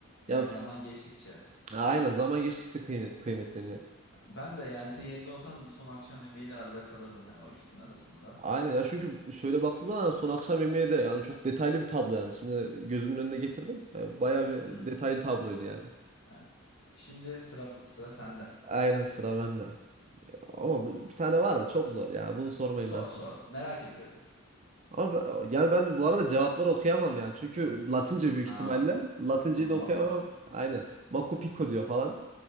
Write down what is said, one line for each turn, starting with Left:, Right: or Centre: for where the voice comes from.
Right: Ya
Left: Yani
Right: f-
Left: zaman geçtikçe.
Right: aynen zaman geçtikçe kıymet, kıymetleniyor.
Left: Ben de yani senin yerinde olsam son akşam yemeğiyle arada kalırdım hani o ikisinin arasında.
Right: Aynen ya çünkü şöyle baktığın zaman son akşam yemeği de yani çok detaylı bir tablo yani. Şimdi gözümün önüne getirdim. E, Bayağı bir
Left: Hı
Right: detaylı
Left: hı.
Right: tabloydu yani.
Left: Evet. Şimdi sıra sıra sende.
Right: Aynen sıra bende. Ama bu, bir tane vardı çok zor ya. Bunu sormayın
Left: Sor
Right: ben sana.
Left: sor. Merak ediyorum.
Right: Ama ben- yani ben bu arada cevapları okuyamam yani. Çünkü Latince büyük
Left: Aa,
Right: ihtimalle. Latinceyi
Left: o zaman
Right: de okuyamam.
Left: boş ver.
Right: Aynen. Machu Picchu diyor falan.